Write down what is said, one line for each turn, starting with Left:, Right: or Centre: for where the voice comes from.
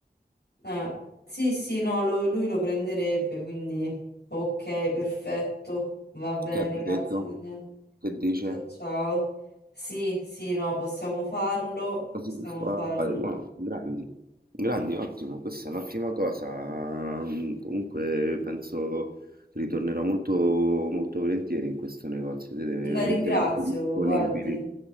Left: Eh, sì, sì, no, lo- lui lo prenderebbe, quindi ok, perfetto, va bene,
Right: Che ha
Left: grazie
Right: detto?
Left: Daniele.
Right: Che dice?
Left: Ciao, ciao. Sì, sì, no, possiamo farlo,
Right: Cosa
Left: possiamo
Right: si può
Left: farlo.
Right: fare? Wow, grandi, grandi, ottimo. Questa è un'ottima cosa. Mm, Comunque penso che ritornerò molto, molto volentieri in questo negozio. Siete veramente
Left: La ringrazio,
Right: molto disponibili.
Left: guardi.